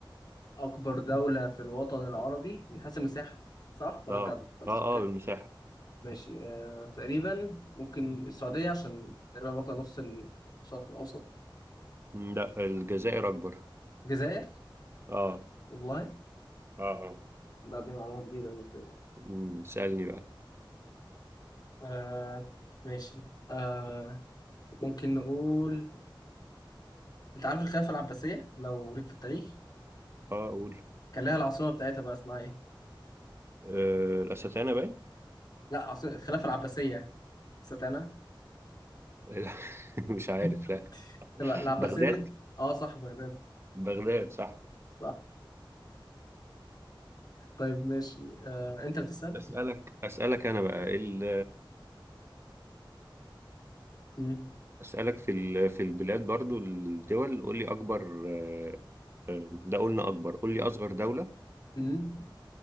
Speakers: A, on the left (about 50°); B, on the right (about 30°).
A: اكبر دولة في الوطن العربي من حيث المساحة صح ولا
B: اه
A: تعدد ولا السكان
B: اه اه بالمساحة
A: ماشي آه تقريبا ممكن السعودية عشان تقريبا واخدة نص الشرق الأوسط
B: م، لا الجزائر أكبر
A: الجزائر
B: اه
A: والله
B: اه اه
A: لا دي معلومة جديدة بالنسبة لي
B: م، سألني بقى
A: آه ماشي آه ممكن نقول أنت عارف الخلافة العباسية لو ليك في التاريخ
B: اه أقول
A: كان لها العاصمة بتاعتها بقى اسمها إيه؟
B: آه، الأستانة باين
A: لا عاصمة الخلافة العباسية نسيت أنا
B: لا، <laughs> مش عارف
A: <laughs>
B: لا
A: لا العباسية
B: بغداد
A: دي أه صح بغداد
B: بغداد صح
A: صح طيب ماشي آه أنت بتسأل؟
B: أسألك أسألك أنا بقى ال
A: مم.
B: أسألك في ال- في البلاد برضو الدول قول لي أكبر آه، آه، ده قلنا أكبر قول لي أصغر دولة
A: مم.